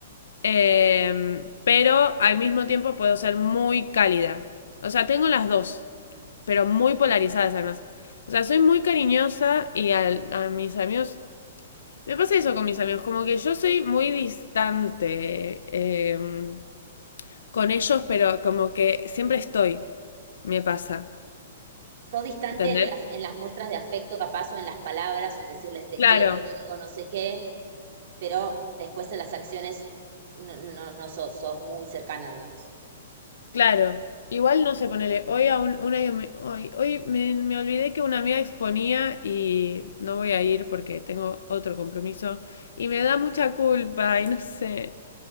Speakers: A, on the left; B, on the right.
A: Em, pero al mismo tiempo puedo ser muy cálida. O sea, tengo las dos, pero muy polarizadas además. O sea, soy muy cariñosa y al- a mis amigos Me pasa eso con mis amigos, como que yo soy muy distante eh, con ellos, pero como que siempre estoy, me pasa,
B: Soy distante
A: ¿entendés?
B: en las, en las muestras de afecto capaz o en las palabras o en decirles te
A: Claro,
B: quiero, amigo, no sé qué. pero después en las acciones no, no, no sos, sos muy cercana, digamos.
A: claro. Igual no sé, ponele, hoy a un- una me- hoy, hoy me, me olvidé que una amiga exponía y no voy a ir porque tengo otro compromiso y me da mucha culpa y no sé,